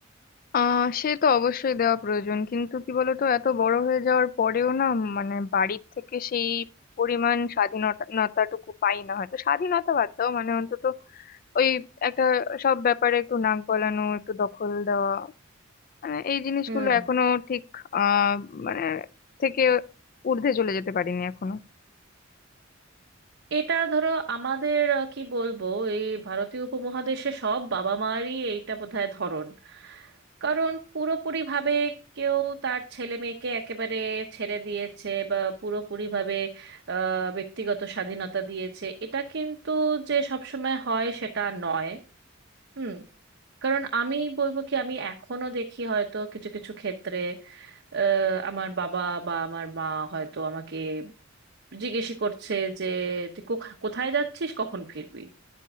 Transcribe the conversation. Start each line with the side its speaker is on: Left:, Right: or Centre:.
Left: আহ সে তো অবশ্যই দেওয়া প্রয়োজন কিন্তু কি বলতো এত বড় হয়ে যাওয়ার পরেও না মানে বাড়ির থেকে সেই পরিমাণ স্বাধীনতাটুকু পাই না হয়তো স্বাধীনতা বাদ দাও মানে অন্তত ওই একটা সব ব্যাপারে একটু নাক গলানো একটু দখল দেওয়া মানে এই জিনিসগুলো
Right: হুম
Left: এখনো ঠিক আহ মানে থেকে ঊর্ধ্বে চলে যেতে পারিনি এখনো
Right: এটা ধরো আমাদের আহ, কি বলবো এই ভারতীয় উপমহাদেশে সব বাবা মায়েরই এইটা বোধহয় ধরন কারণ পুরোপুরি ভাবে কেউ তার ছেলে মেয়েকে একেবারে ছেড়ে দিয়েছে বা পুরোপুরি ভাবে আহ, ব্যক্তিগত স্বাধীনতা দিয়েছে এটা কিন্তু যে সবসময় হয় সেটা নয় হুম কারণ আমি বলবো কি আমি এখনো দেখি হয়তো কিছু কিছু ক্ষেত্রে আহ, আমার বাবা বা আমার মা হয়তো আমাকে জিজ্ঞেসই করছে যে তুই কোখা- কোথায় যাচ্ছিস কখন ফিরবি